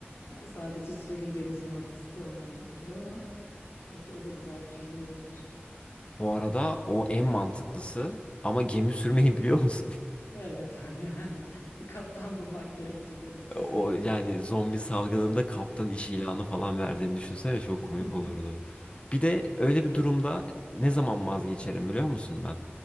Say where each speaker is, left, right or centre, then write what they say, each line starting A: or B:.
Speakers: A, on the left (about 80°); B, on the left (about 25°).
A: Yani sadece sürekli denizin ortasında olman gerekir ama Belki o da güzel bir çözüm olabilir.
B: Bu arada o en mantıklısı ama gemi sürmeyi <laughs> biliyor musun?
A: Evet <laughs> yani bir kaptan bulmak gerekecek onun için.
B: O yani zombi salgınında kaptan iş ilanı falan verdiğini düşünsene çok
A: <laughs>
B: komik olurdu. Bir de öyle bir durumda ne zaman vazgeçerim biliyor musun ben?